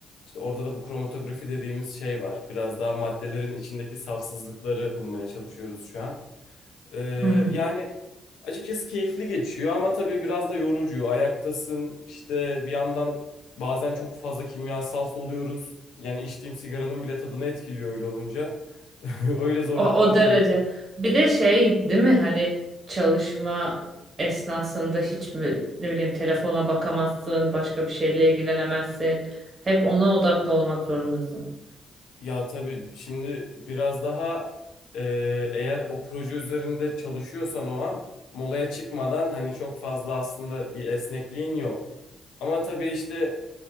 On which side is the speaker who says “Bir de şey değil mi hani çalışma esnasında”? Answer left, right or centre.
Right